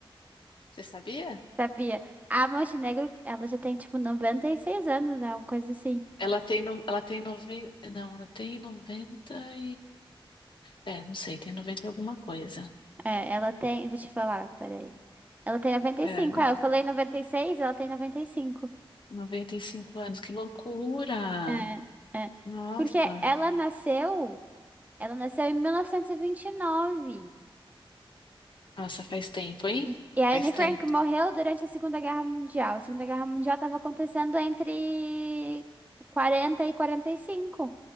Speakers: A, on the left (about 60°); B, on the right (about 15°).
A: Você sabia?
B: sabia. A Montenegro, ela já tem, tipo, 96 anos, né? Alguma coisa assim.
A: Ela tem, no- ela tem, noventa não, ela tem 90 É, não sei, tem 90 e alguma coisa.
B: É, ela tem... Vou te falar, peraí. Ela tem 95.
A: É, não,
B: É, eu falei 96 ela tem 95.
A: 95 anos, que loucura!
B: É, é.
A: Nossa,
B: Porque ela nasceu... Ela nasceu em mil novecentos E, vinte e nove
A: nossa, faz tempo, hein?
B: e e a
A: Faz
B: Anne
A: tempo.
B: Frank morreu durante a Segunda Guerra Mundial. A Segunda Guerra Mundial estava acontecendo entre quarenta e quarenta e cinco